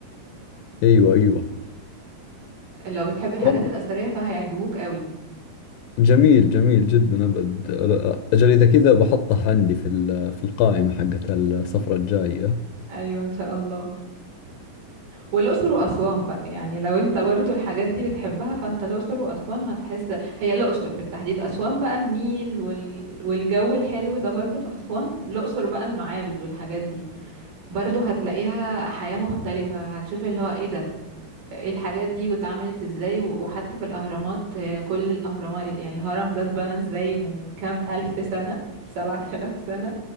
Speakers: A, on the left (about 80°); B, on the right (about 65°).
A: ايوه ايوه
B: لو بتحب الحاجات
A: والله
B: الاثريه فهيعجبوك قوي
A: جميل جميل جدا ابد اجل اذا كذا بحطه عندي في ال- في القائمة حقت السفرة الجاية
B: ايوه ان شاء الله والاقصر واسوان بقى يعني لو انت برضو الحاجات دي بتحبها فانت الاقصر واسوان هتحس هي الاقصر بالتحديد اسوان بقى النيل وال... والجو الحلو ده برضو في اسوان الاقصر بقى المعابد والحاجات دي برضو هتلاقيها حياه مختلفه هتشوف اللي هو ايه ده الحاجات دي واتعملت ازاي و- وحتى في الاهرامات آه، كل الاهرامات يعني الهرم ده اتبنى ازاي من كام الف سنة <laughs> سبعة آلاف سنة